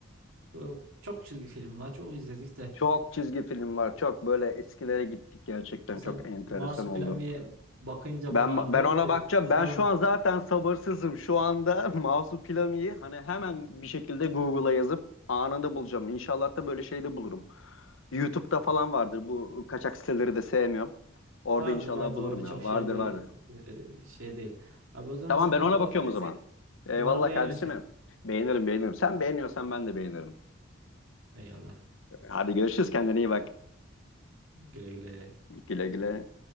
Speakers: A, on the right; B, on the left.
A: bu- çok çizgi film var. Çok izledik de.
B: Çok çizgi film var. Çok böyle eskilere gittik gerçekten
A: Sen
B: çok enteresan
A: Marsupilami'ye
B: oldu.
A: bakınca
B: Ben
A: bana haber
B: ben
A: et
B: ona
A: de
B: bakacağım.
A: bakalım
B: Ben şu an zaten sabırsızım. Şu anda <laughs> Marsupilami'yi hani hemen bir şekilde Google'a yazıp anında bulacağım. İnşallah da böyle şey de bulurum. YouTube'da falan vardır. Bu kaçak siteleri de sevmiyorum. Orada
A: vardır
B: inşallah
A: vardır
B: bulurum
A: öyle çok
B: ya.
A: şey
B: Vardır
A: bir
B: vardır.
A: e, şey değil. Abi o zaman
B: Tamam
A: sana
B: ben ona
A: <laughs> kolay
B: bakıyorum
A: gelsin.
B: o zaman. Eyvallah
A: Umarım beğenirsin.
B: kardeşim. benim. Beğenirim beğenirim. Sen beğeniyorsan ben de beğenirim.
A: Eyvallah.
B: Hadi görüşürüz. Kendine iyi bak.
A: Güle güle.
B: Güle güle.